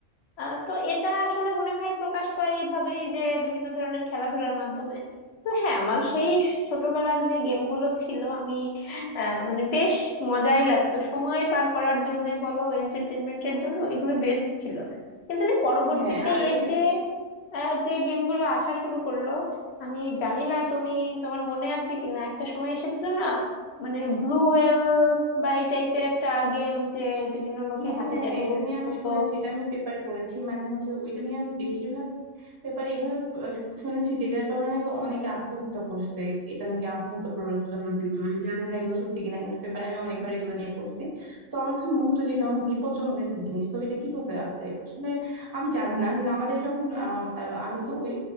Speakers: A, on the left; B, on the right.
A: আহ, তো এটা আসলে মনে হয় প্রকাশ পায় এইভাবেই যে বিভিন্ন ধরনের খেলাধুলার মাধ্যমে তো হ্যাঁ আমার সেই স- ছোটবেলার যে গেমগুলো ছিল আমি আহ, মানে বেশ মজাই লাগতো সময় পার করার জন্য বলো এন্টারটেনমেন্টের জন্য এগুলো বেস্ট ছিল কিন্তু যে পরবর্তীতে
B: হ্যাঁ আর এই
A: এসে
B: যে
A: আহ, যে গেমগুলো আসা শুরু করলো আমি জানি না তুমি তোমার মনে আছে কিনা একটা সময় এসেছিল না মানে ব্লু হোয়েল বা এই টাইপের একটা গেম যে বিভিন্ন লোকে
B: হ্যাঁ
A: হাতে
B: হ্যাঁ
A: ট্যাটু
B: হ্যাঁ এটা
A: করতে
B: নিয়ে আমি
A: হতো
B: শুনেছি এটা আমি পেপারে পড়েছি মানে হচ্ছে ওইটা নিয়ে আমি বেশিরভাগ ব্যাপারে এভাবে আহ, শুনেছি যে এটার কারণে নাকি অনেকে আত্মহত্যা করছে এটা নাকি আত্মহত্যা প্ররোচনা দিত আমি জানি না এগুলো সত্যি কিনা কিন্তু পেপারে আমি অনেকবার এগুলো নিয়ে পড়ছি তো আমার কাছে মনে হতো যে এটা অনেক বিপজ্জনক একটা জিনিস তো এটা কিভাবে আছে আসলে আমি জানি না কিন্তু আমাদের যখন আহ, আহ, আমি তো ওই